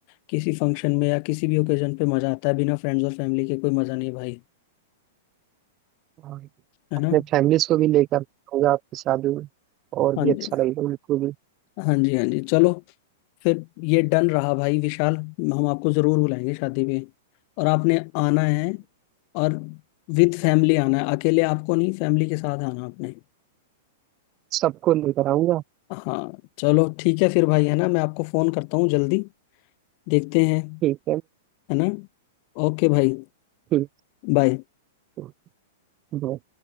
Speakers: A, on the left; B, on the right.
A: किसी फंक्शन में या किसी भी ओकेजन पे मजा आता है बिना फ्रेंड्स और फैमिली के कोई मजा नहीं भाई
B: और
A: है
B: अपने
A: ना
B: फैमिलीज को भी लेकर आऊंगा आपकी शादी में और
A: हाँ
B: भी
A: जी
B: अच्छा लगेगा उनको भी
A: हाँ जी हाँ जी चलो फिर ये डन रहा भाई विशाल हम आपको जरूर बुलाएंगे शादी पे और आपने आना है और विद फैमिली आना है अकेले आपको नहीं फैमिली के साथ आना आपने
B: सबको लेकर आऊंगा
A: हाँ चलो ठीक है फिर भाई है ना मैं आपको फोन करता हूँ जल्दी देखते हैं
B: ठीक
A: है ना ओके भाई
B: है
A: बाय
B: कर दो